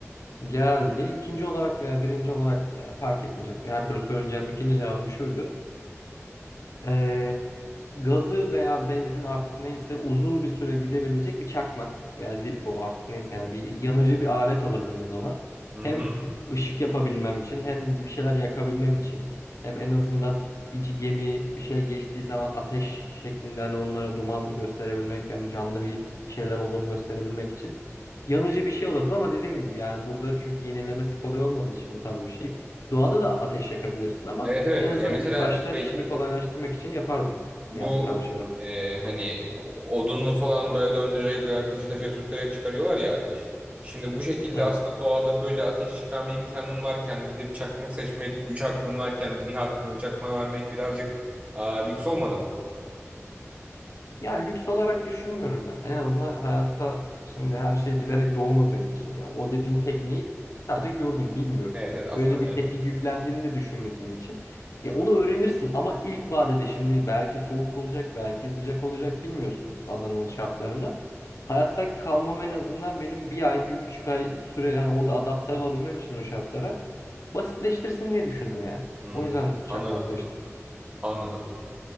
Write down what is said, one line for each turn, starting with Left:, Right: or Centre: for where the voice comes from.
Left: Geldi. İkinci olarak veya birinci olarak da ya fark etmeyecek. Her türlü söyleyeceğim ikinci cevabım şuydu. Ee, gazı veya benzin artık neyse uzun bir süre gidebilecek bir çakmak veya Zippo artık neyse yani bir yanıcı bir alet alırdım yanıma.
Right: Hı
Left: Hem
Right: hı.
Left: ışık yapabilmem için hem bir şeyler yakabilmem için hem en azından bir c- gemi bir şey geçtiği zaman ateş şeklinde hani onlara duman gösterebilmek yani canlı bir şeyler olduğunu gösterebilmek için yanıcı bir şey alırdım ama dediğim gibi yani burada çünkü yenilemesi kolay olmadığı için bu tarz bir şey. Doğada da ateş yakabilirsin ama
Right: Evet evet.
Left: en azından
Right: Yani mesela
Left: ilk başta
Right: şey
Left: işimi kolaylaştırmak için yapardım.
Right: bu
Left: Yani bu tarz şeyler.
Right: e, hani odunlu falan böyle döndürerek veya taşı taşa sürterek çıkarıyorlar ya ateş. Şimdi bu şekilde
Left: Evet.
Right: aslında doğada böyle ateş çıkarma imkanın varken gidip çakmak seçmek, üç hakkın varken bir hakkını çakmağa vermek birazcık aa, lüks olmadı mı?
Left: Ya lüks olarak düşünmüyorum ben. En azından hayatta şimdi her şeyi bilerek doğmadığım için ya o dediğin tekniği sadece gördüm, bilmiyorum.
Right: Evet evet aslında
Left: Öyle
Right: öyle.
Left: bir teknik yüklendiğini de düşünmediğim için ya onu öğrenirsin ama ilk vadede şimdi belki soğuk olacak, belki sıcak olacak bilmiyorsun adanın şartlarını. Hayatta kalmam en azından benim bir ay, bir buçuk ay süre yani orada adapte olabilmem için o şartlara basitleştirsin diye düşündüm yani.
Right: Hmm,
Left: O yüzden çakmak
Right: anladım
Left: seçtim.
Right: anladım.